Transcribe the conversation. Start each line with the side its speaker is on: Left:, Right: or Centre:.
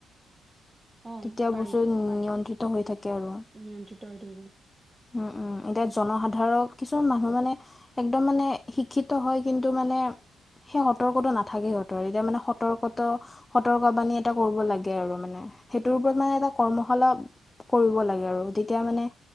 Right: অ
Left: তেতিয়া
Right: পাৰি
Left: বস্তু নিয়ন্ত্ৰিত হৈ থাকে আৰু
Right: নিয়ন্ত্ৰিত হৈ থাকিব
Left: উ উম এতিয়া জনসাধাৰক কিছুমান মানুহ মানে একদম মানে শিক্ষিত হয় কিন্তু মানে সেই সতৰ্কতটো নাথাকে সিহঁতৰ এতিয়া মানে সতৰ্কত সতৰ্ক বাণী এটা কৰিব লাগে আৰু মানে সেইটোৰ ওপৰত মানে এটা কৰ্মশালা কৰিব লাগে আৰু তেতিয়া মানে